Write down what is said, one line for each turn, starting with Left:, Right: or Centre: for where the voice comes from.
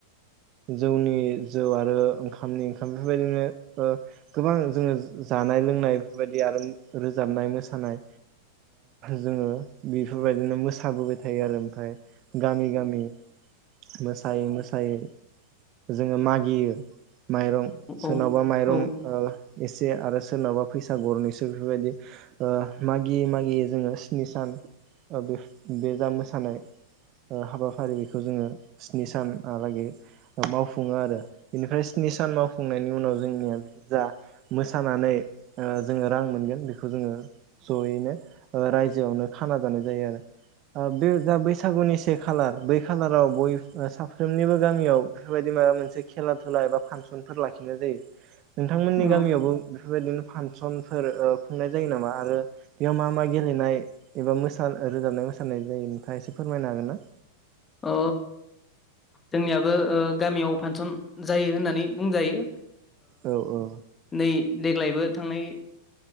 Right: जौनि जौ आरो ओंखामनि ओंखाम बेफोरबायदिनो गोबां जोङो जा जानाय - लोंनाय बेफोरबायदि आरो रोजाबनाय -मोसानाय मोसानाय जोङो बेफोरबायदिनो मोसाबोबाय थायो आरो ओमफ्राय गामि - गामि मोसायै मोसायै जोङो मागियो माइरं सोरनावबा
Left: औ
Right: माइरं एसे आरो सोरनावबा फैसा गरनैसो बेफोरबायदि मागियै - मागियै जोङो स्नि सान बे बे जा मोसानाय हाबाफारि बेखौ जोङो स्नि सानलागै मावफुङो आरो बेनिफ्राय स्नि सान मावफुंनायनि उनाव जोंनिया जा मोसानानै जोङो रां मोनगोन बेखौ जोङो जयैनो रायजोआवनो खाना जानाय जायो आरो बे जा बैसागुनि से खालार बै खालाराव बय साफ्रोमनिबो गामियाव बेफोरबायदि माबा मोनसे खेला खुला एबा फांसन फोर लाखिनाय जायो नोंथांमोननि
Left: औ
Right: गामियावबो बेफोरबायदिनो फांसनफोर खुंनाय जायो नामा आरो आरो बेयाव मा मा गेलेनाय एबा मोसा रोजाबनाय- मोसानाय जायो नोंथाङा एसे फोरमायनो हागोन ना
Left: अ जोंनियाबो गामियाव फांसन जायो होननानै बुंजायो
Right: औ औ
Left: नै देग्लायबो थांनाय